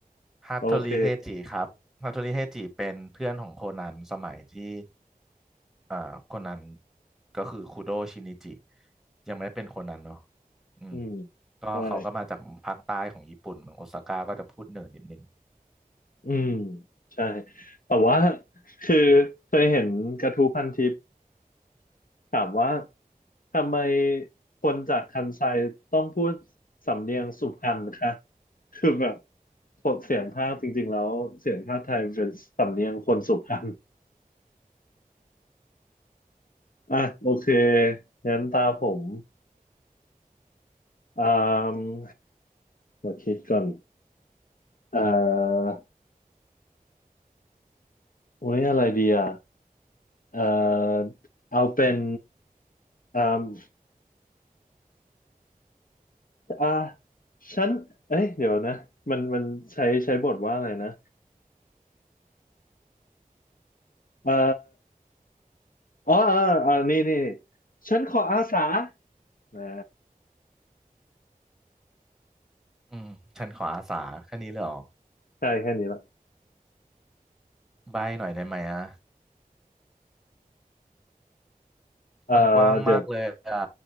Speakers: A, in the centre; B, on the left.
A: ฮัตโทริเฮจิครับฮัตโทริเฮจิเป็นเพื่อนของโคนันสมัยที่
B: โอเค
A: เอ่อโคนันก็คือคุโดชินิจิยังไม่ได้เป็นโคนันเนาะอืม
B: อืม
A: ก็เขาก็มาจากภาคใต้ของญี่ปุ่นเมืองโอซาก้าก็จะพูดเหนือนิดนึง
B: ใช่ อืมใช่แต่ว่าคือเคยเห็นกระทู้พันทิปถามว่าทำไมคนจากคันไซต้องพูดสำเนียงสุพรรณคะคือแบบกดเสียงภาคจริงๆแล้วเสียงภาคไทยเป็นสำเนียงคนสุพรรณอ่ะโอเคงั้นตาผมอ่ามาคิดก่อนเอ่อโอ้ยอะไรดีอ่ะเอ่อเอาเป็นอ่า อ่าฉันเอ้ยเดี๋ยวนะมันมันใช้ใช้บทว่าอะไรนะเอ่ออ๋ออ๋ออ๋อนี่นี่ฉันขออาสานะ
A: อืมฉันขออาสาแค่นี้เลยเหรอ
B: ใช่แค่นี้ละ
A: ใบหน่อยได้ไหมอ่ะ
B: เอ่อเดี๋ยว
A: มันกว้างมากเลยอ่ะ